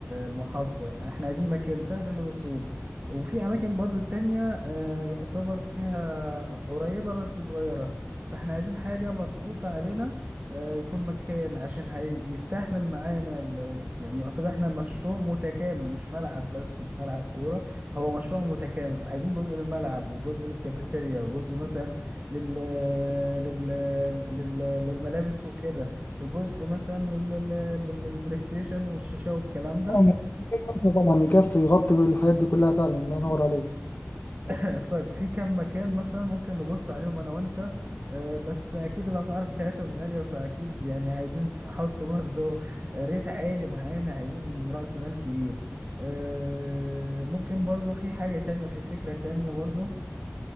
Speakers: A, on the right (about 40°); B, on the left (about 60°).
A: المحافظه احنا عايزين مكان سهل للوصول وفي اماكن برضو تانية آه، يعتبر فيها قريبه بس صغيره فاحنا عايزين حاجه مظبوطه علينا آه، يكون مكان عشان هيستحمل معانا ال- يعني يعتبر احنا مشروع متكامل مش ملعب بس مش ملعب كوره هو مشروع متكامل فعايزين جزء للملعب وجزء للكافيتيريا وجزء مثلا لل... لل... لل... للملابس وكده وجزء مثلا لل... لل... للبلاي ستيشن والشاشة والكلام ده
B: آه، مكان واسع طبعا يكفي يغطي الحاجات دي كلها فعلا الله ينور عليك
A: <laughs> طيب في كم مكان مثلا ممكن نبص عليهم انا وانت آه، بس اكيد الاسعار بتاعتهم غالية فاكيد يعني عايزين نحط برضه ريت عالي معانا عايزين رأس مال كبير آه، ممكن برضه في حاجة تانية في فكرة تانية برضه